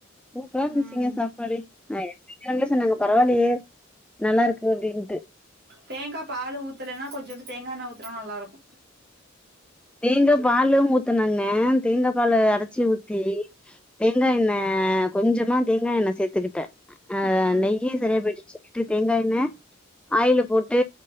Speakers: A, in the centre; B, on the right (about 50°).
A: சூப்பரா இருந்துச்சுங்க
B: ம்
A: சாப்பாடு <unintelligible> என்ன சொன்னாங்க பரவால்லயே நல்லா இருக்கு அப்படின்னு பா
B: தேங்கா பால் ஊத்தலன்னா கொஞ்சுன்டு தேங்கா எண்ணெ ஊத்துனா நல்லா இருக்கு
A: தேங்கா பாலு ஊத்துனங்க தேங்காபால
B: ம்
A: அரைச்சி ஊத்தி தேங்கா எண்ணெய் கொஞ்சமா தேங்கா எண்ணெ சேத்துக்கிட்டே அஹ்
B: ம்
A: நெய்யு சரியா போயிட்டு சொல்லிட்டு தேங்கா எண்ணெ ஆயில் போட்டு